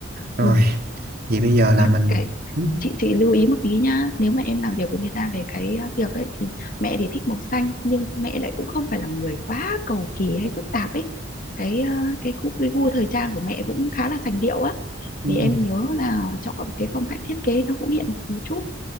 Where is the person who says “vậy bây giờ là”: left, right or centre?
Right